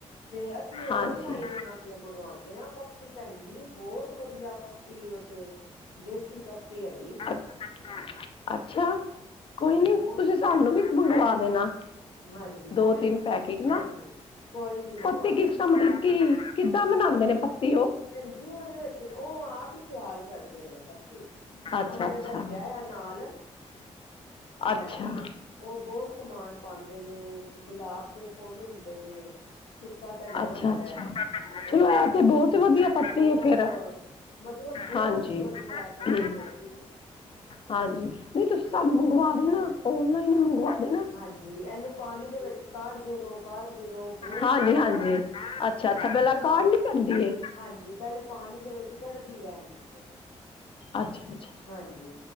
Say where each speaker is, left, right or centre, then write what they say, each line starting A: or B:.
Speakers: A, on the left (about 85°); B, on the left (about 40°).
A: ਤੇ ਅਸੀਂ
B: ਹਾਂਜੀ।
A: ਓਨਲਾਈਨ ਉਹਨਾਂ ਕੋਲ ਮੰਗਵਾਉਂਦੇ ਹਾਂ। ਪਤੀ ਭੈਣਜੀ ਬਹੁਤ ਵਧੀਆ ਪੱਤੀ ਓਥੇ ਦੇਸੀ ਪੱਤੀ ਹੈਗੀ। ਹਾਂਜੀ।
B: ਅੱਛ- ਅੱਛਾ ਕੋਈ ਨੀ
A: ਬਹੁਤ
B: ਤੁਸੀਂ ਸਾਨੂੰ ਵੀ ਮੰਗਵਾ ਦੇਣਾ
A: ਹਾਂਜੀ
B: ਦੋ
A: ਕੋਈ
B: ਤਿੰਨ
A: ਨੀ
B: ਪੈਕੇਟ ਨਾ
A: ਹਾਂਜੀ ਕੋਈ ਨੀ ਮੰਗਵਾ
B: ਪੱਤੀ
A: ਦਾਂਗੇ
B: ਕਿਸ ਤਰਹਾ ਮਤਲਬ ਕਿ। ਕਿੱਦਾਂ ਮਨਾਉਂਦੇ ਨੇ। ਉਹ?
A: ਪੈਂਜੀ ਉਹਦੇ ਵਿੱਚ ਉਹ ਆਪ ਹੀ ਤਿਆਰ ਕਰਦੇ ਨੇ ਪੱਤੇ।
B: ਅੱਛਾ-ਅੱਛਾ,
A: ਉਹਨਾਂ ਨੇ ਦੱਸਿਆ ਹੋਯਾ ਆ ਨਾਲ
B: ਅੱਛਾ।
A: ਹਾਂਜੀ
B: ਅੱਛਾ
A: ਉਹ ਬਹੁਤ ਸਮਾਨ। ਪਾਂਦੇ ਨੇ ਗੁਲਾਬ ਦੇ ਫੁੱਲ ਹੁੰਦੇ ਜੇ ਸੁੱਕਾ ਧਨੀਆ
B: ਅੱਛਾ
A: ਹੁੰਦਾ
B: ਅੱਛਾ
A: ਹੈ।
B: ਚਲੋ
A: ਔਰ ਲਾਚੀ
B: ਇਹ ਤੇ ਬਹੁਤ
A: ਹੁੰਦੀ
B: ਵਧੀਆ
A: ਸੌਂਫ
B: ਪਤੀ ਆ ਫੇਿਰ
A: ਮਤਲਬ ਬਹੁਤ
B: ਹਾਂਜੀ
A: ਹੀ ਵਧੀਆ ਪੱਤੀ
B: ਹਮ।
A: ਹੈਗੀ
B: ਹਾਂਜੀ। ਨਹੀਂ ਤੁਸੀਂ ਸਾਨੂੰ ਮੰਗਵਾ ਦੇਣਾ
A: ਹਾਂਜੀ
B: ਓਨਲਾਈਨ
A: ਹਾਂ
B: ਹੀ ਮੰਗਵਾ ਦੇਣਾ।
A: ਹਾਂਜੀ ਇਹਨੂੰ ਪਾਣੀ ਦੇ ਵਿੱਚ ਕਾਢਦੇ ਰਹੋ ਕਾਢਦੇ ਰਹੋ ਬਹੁਤ
B: ਹਾਂਜੀ
A: ਸਵਾਦ
B: ਹਾਂਜੀ ਅੱਛਾ ਅੱਛਾ
A: ਅਸੀਂ
B: ਪਹਿਲਾ
A: ਤੇ
B: ਕਾਰਨੀ
A: ਹਾਂ
B: ਪੈਂਦੀ ਏ।
A: ਹਾਂਜੀ ਪਹਿਲੇ ਪਾਣੀ ਦੇ ਵਿੱਚ ਕੜਦੀ ਰਹਿਣ ਦਿੰਦੇ ਆ।
B: ਅੱਛਾ ਅੱਛਾ
A: ਹਾਂਜੀ